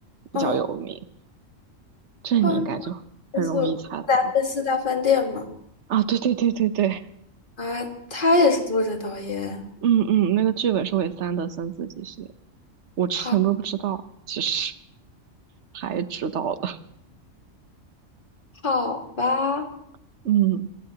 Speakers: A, on the right (about 65°); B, on the left (about 40°).
A: 比较有名，
B: 嗯，
A: 这你应该就很容易猜到了。
B: 花花黑色达菲斯大饭店嘛。
A: 啊，对对对对对，
B: 啊，他也是作者导演。
A: 嗯嗯，那个剧本是韦三安德森自己写的，我之前都不知道，
B: 好，
A: 其实还知道的。
B: 好吧，
A: <laughs> 嗯，